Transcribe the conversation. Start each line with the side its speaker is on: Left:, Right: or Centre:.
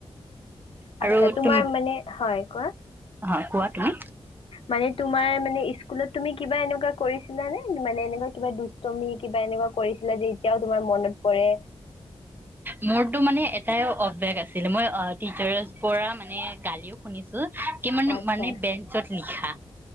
Right: আৰু
Left: আচ্ছা তোমাৰ
Right: তুম
Left: মানে, হয় কোৱা?
Right: অ কোৱা তুমি
Left: মানে তোমাৰ মানে স্কুলত তুমি কিবা এনেকুৱা কৰিছিলানে? মানে এনেকুৱা কিবা দুষ্টমি কিবা এনেকুৱা কৰিছিলা যে এতিয়াও তোমাৰ মনত পৰে?
Right: মোৰতো মানে এটাই অভ্যাস আছিল মই অ টিচাৰছ পৰা মানে গালিও শুনিছো কি মানে
Left: আচ্ছা
Right: - মানে বেঞ্চত লিখা।